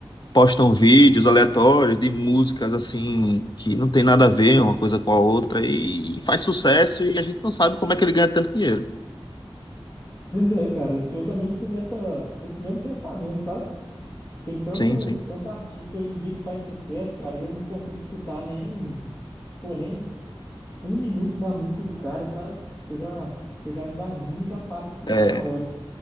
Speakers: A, on the left; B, on the left.
A: postam vídeos aleatórios de músicas assim que não tem nada a ver uma coisa com a outra e faz sucesso e a gente não sabe como é que ele ganha tanto dinheiro.
B: Pois é, cara, eu, eu também fico nessa, nesse mesmo pensamento, sabe? Tem tanto,
A: Sim, sim.
B: tanto artista hoje em dia que faz sucesso, cara, e eu não consigo escutar nem, pô, nem um minuto da música do cara, sabe? Que eu já, que eu já desanimo e já paro de escutar
A: É,
B: na hora.